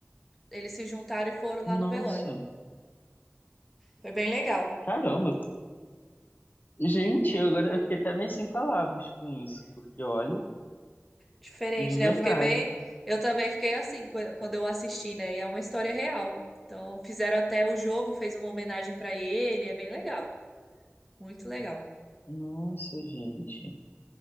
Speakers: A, in the centre; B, on the left.
A: Eles se juntaram e foram lá
B: Nossa.
A: no velório. Foi bem legal.
B: Caramba. Gente, eu agora eu fiquei até meio sem palavras com isso, porque olha,
A: Diferente,
B: de verdade.
A: né? Eu fiquei bem. Eu também fiquei assim qu- quando eu assisti, né? E é uma história real. Então, fizeram até o jogo, fez uma homenagem pra ele, é bem legal, muito legal.
B: Nossa, gente.